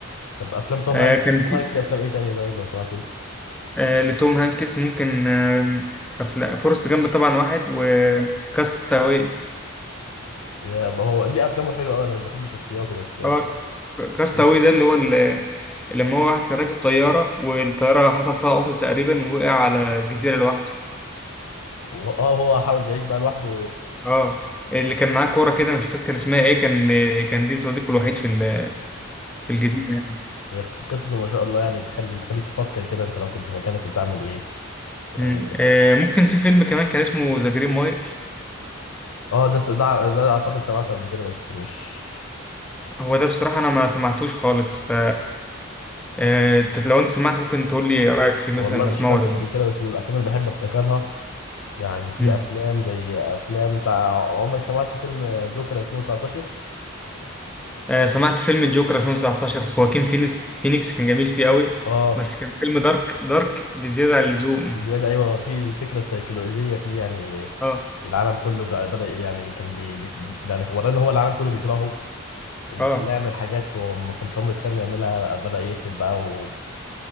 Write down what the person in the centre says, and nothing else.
آه،
كان في
آه، لتوم هانكس ممكن آم، أفلا- فورست جامب طبعا واحد وكاستاوي
هو كاستاوي
ده اللي هو اللي اللي لما هو واحد كان راكب طيارة والطيارة حصل فيها عطل تقريبا ووقع على جزيرة لوحده
اه اللي كان معاه كورة كده مش فاكر كان اسمها ايه كان كان دي صديقه الوحيد في ال- في الجزيرة يعني
مم. آه، ممكن في فيلم كمان كان اسمه ذا جرين مايل
هو ده بصراحة أنا ما سمعتوش خالص ف آه، أنت لو أنت سمعته ممكن تقول لي رأيك فيه مثلا
أسمعه
ولا لأ.
مم.
آه، سمعت فيلم الجوكر 2019 خواكين فينيكس فينيكس كان جميل فيه قوي
بس كان فيلم دارك دارك بزيادة عن اللزوم
اه
اه